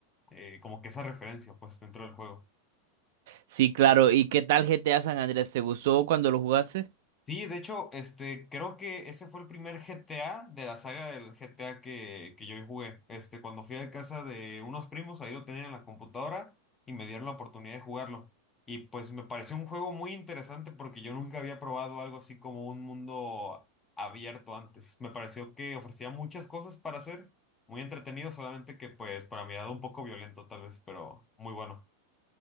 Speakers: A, on the left; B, on the right.
A: eh, como que esa referencia, pues, dentro del juego.
B: Sí, claro. ¿Y qué tal GTA San Andrés? ¿Te gustó cuando lo jugaste?
A: Sí, de hecho, este, creo que ese fue el primer GTA de la saga del GTA que, que yo jugué. Este, cuando fui a casa de unos primos, ahí lo tenían en la computadora y me dieron la oportunidad de jugarlo. Y pues me pareció un juego muy interesante porque yo nunca había probado algo así como un mundo abierto antes. Me pareció que ofrecía muchas cosas para hacer, muy entretenido, solamente que pues para mi edad un poco violento tal vez, pero muy bueno.